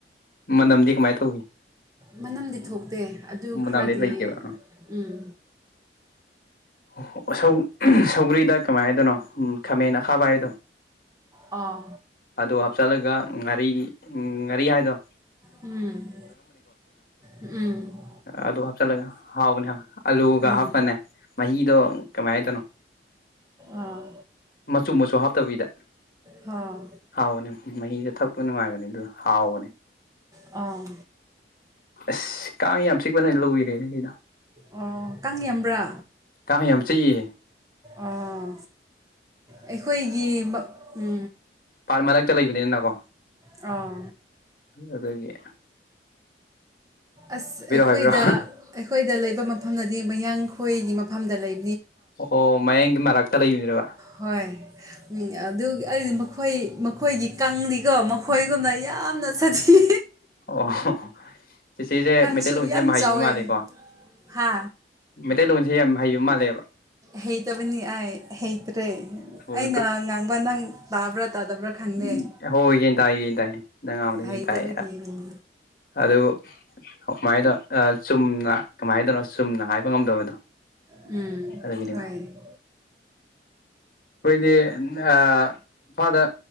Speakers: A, on the left (about 50°); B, on the right (about 20°).
A: ꯃꯅꯝꯗꯤ ꯀꯃꯥꯏ ꯇꯧꯏ
B: ꯃꯅꯝꯗꯤ ꯊꯣꯛꯇꯦ ꯑꯗꯨ
A: ꯃꯅꯝꯗꯤ
B: ꯈꯔꯗꯤ
A: ꯂꯩꯇꯦꯕ
B: ꯎꯝ
A: ꯑꯣ ꯁ ꯁꯧꯒ꯭ꯔꯤꯗ ꯀꯃꯥꯏꯅꯗꯣꯏꯅꯣ ꯎ ꯈꯥꯃꯦꯟ ꯑꯈꯥꯕ ꯍꯥꯏꯗꯣ
B: ꯑꯥ
A: ꯑꯗꯣ ꯍꯥꯞꯆꯤꯜꯂꯒ ꯉꯥꯔꯤ ꯎꯝ ꯉꯔꯤ ꯍꯥꯏꯥꯏꯗꯣ
B: ꯎꯝ ꯎꯝ
A: ꯑꯗꯨ ꯍꯥꯞꯆꯤꯜꯂꯒ ꯍꯥꯎꯕꯅꯦ ꯑꯂꯨꯒ
B: ꯎꯝ
A: ꯍꯥꯞꯄꯅꯦ ꯃꯍꯤꯗꯣ ꯀꯃꯥꯏꯅꯗꯅꯣ
B: ꯑꯥ
A: ꯃꯆꯨ ꯃꯆꯨ ꯍꯥꯞꯇꯕꯤꯗ
B: ꯑꯥ
A: ꯍꯥꯎꯕꯅꯦ ꯃꯍꯤꯗ ꯊꯛꯄ ꯅꯨꯡꯉꯥꯏꯕꯅꯦ ꯑꯗꯨ ꯍꯥꯎꯕꯅꯦ
B: ꯑꯥ
A: ꯑꯁ ꯀꯥꯡ ꯌꯥꯝ ꯆꯤꯛꯄꯅ ꯂꯏꯔꯦꯅꯦ ꯑꯗꯨꯅ
B: ꯑꯣ ꯀꯥꯡ ꯌꯥꯝꯕ꯭ꯔꯥ
A: ꯀꯥꯡ ꯌꯥꯝ ꯆꯤꯛꯏꯌꯦ
B: ꯑꯥ ꯑꯩꯈꯣꯏꯒꯤ ꯎ
A: ꯄꯥꯔꯠ ꯃꯔꯛꯇ ꯂꯩꯕꯅꯤꯅꯅꯀꯣ
B: ꯑꯥ
A: ꯑꯗꯨꯗꯒꯤꯦ
B: ꯑꯁ ꯑꯩꯈꯣꯏꯗ
A: ꯍꯥꯏꯕꯤꯔꯛꯑꯣ
B: ꯑꯩꯈꯣꯏꯗ ꯂꯩꯕ ꯃꯐꯝꯗꯗꯤ ꯃꯌꯥꯡꯈꯣꯏꯒꯤ ꯃꯐꯝꯗ ꯂꯩ
A: ꯑꯣ ꯃꯌꯦꯡꯒꯤ ꯃꯔꯛꯇ ꯂꯩꯃꯤꯗ꯭ꯔꯕ
B: ꯍꯣꯏ ꯎꯝ ꯑꯗꯨ ꯑꯩꯗꯤ ꯃꯈꯣꯏ ꯃꯈꯣꯏꯒꯤ ꯀꯪꯗꯤꯀꯣ ꯃꯈꯣꯏꯒꯨꯝꯅ ꯌꯥꯝꯅ ꯁꯥꯊꯤ
A: ꯑꯣ ꯆꯤꯆꯦꯁꯦ
B: ꯀꯥꯡꯁꯨ
A: ꯃꯩꯇꯩꯂꯣꯟꯁꯦ ꯌꯥꯝ ꯍꯩꯕ
B: ꯆꯥꯎꯋꯦ
A: ꯃꯥꯜꯂꯦꯀꯣ
B: ꯍꯥ
A: ꯃꯩꯇꯩꯂꯣꯟꯁꯦ ꯌꯥꯝ ꯍꯩꯕ ꯃꯥꯜꯂꯦꯕ
B: ꯍꯩꯇꯕꯅꯤ ꯑꯥꯏ ꯍꯩꯇ꯭ꯔꯦ
A: ꯑꯣ
B: ꯑꯩꯅ ꯉꯥꯡꯕ ꯅꯪ ꯇꯥꯕ꯭ꯔꯥ ꯇꯥꯗꯕ꯭ꯔꯥ ꯈꯪꯗꯦ
A: ꯎꯝ ꯍꯣꯏ ꯌꯦꯟ ꯇꯥꯏ ꯌꯦꯟ ꯇꯥꯏꯌꯦ ꯅꯪꯉꯕꯗ
B: ꯍꯩꯇꯕꯒꯤ
A: ꯌꯦꯟ ꯇꯥꯏ
B: ꯎꯝ
A: ꯑꯗꯨ ꯀꯃꯥꯏꯅ ꯇꯧ ꯆꯨꯝꯅ ꯀꯃꯥꯏꯅ ꯇꯧꯅꯣ ꯆꯨꯝꯅ ꯍꯥꯏꯕ ꯉꯝꯗꯕꯗꯣ
B: ꯎꯝ
A: ꯑꯗꯨꯒꯤꯅꯦꯕ
B: ꯍꯣꯏ
A: ꯑꯩꯈꯣꯏꯗꯤ ꯏꯝꯐꯥꯜꯗ